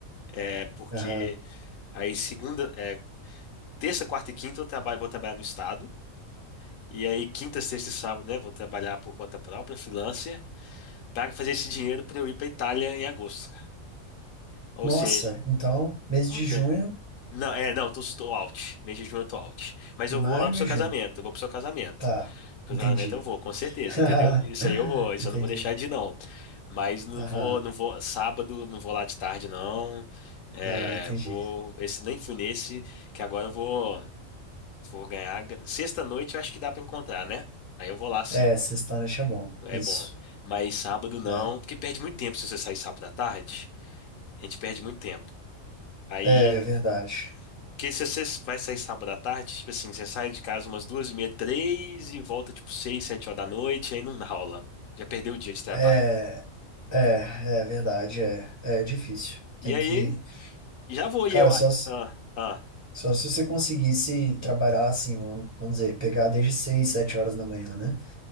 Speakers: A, on the left (about 75°); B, on the right (about 25°).
A: É, porque
B: aham.
A: aí, segunda, é, terça, quarta e quinta eu trabalho, vou trabalhar no estado. E aí, quinta, sexta e sábado, né? Vou trabalhar por conta própria, freelancer, para fazer esse dinheiro para eu ir para Itália em agosto. Ou
B: Nossa,
A: seja,
B: então, mês
A: ok.
B: de junho,
A: Não, é, não, tô, tô out. Mês de junho eu tô out. Mas
B: maio
A: eu vou lá pro seu
B: e junho.
A: casamento, eu vou pro seu casamento.
B: Tá,
A: Pro
B: entendi.
A: seu casamento eu vou, com certeza,
B: <laughs>
A: entendeu? Isso aí eu vou, isso
B: Entendi.
A: eu não vou deixar de ir, não. Mas não
B: Aham,
A: vou, não vou, sábado não vou lá de tarde, não. É,
B: ah, entendi.
A: vou, esse, nem fui nesse, que agora eu vou, vou ganhar. Sexta-noite eu acho que dá pra encontrar, né? Aí eu vou lá sim,
B: É, sexta-noite é bom.
A: é
B: Isso.
A: bom. Mas sábado não,
B: É,
A: porque perde muito tempo se você sair sábado à tarde. A gente perde muito tempo. Aí
B: é verdade.
A: Porque se você vai sair sábado à tarde, tipo assim, você sai de casa umas duas e meia, três e volta tipo seis, sete horas da noite, aí não dá rola. Já perdeu o dia de trabalho.
B: É, é, é verdade. É, é difícil.
A: E
B: Tem
A: aí,
B: que.
A: já vou, e
B: Cara,
A: eu.
B: só.
A: Ah, ah,
B: Só se você conseguisse trabalhar assim, vamos vamos dizer, pegar desde seis, sete horas da manhã, né?